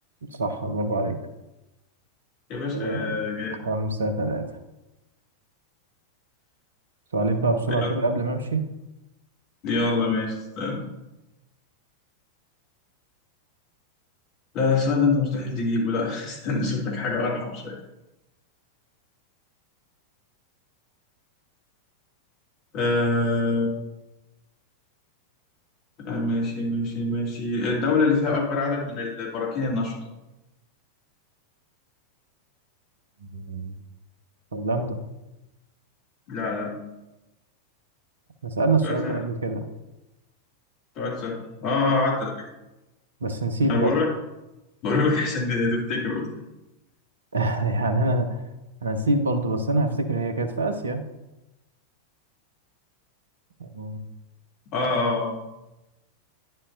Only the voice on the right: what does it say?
صح برافو عليك
كده
خمسة تلاتة سؤالين بقى بسرعة
كده قبل ما أمشي
مم. هولندا
احنا سألنا السؤال
ده قبل كده
بس نسيت
برضه
<laughs> يعني انا انا نسيت برضه بس انا هفتكر هي كانت في اسيا مم.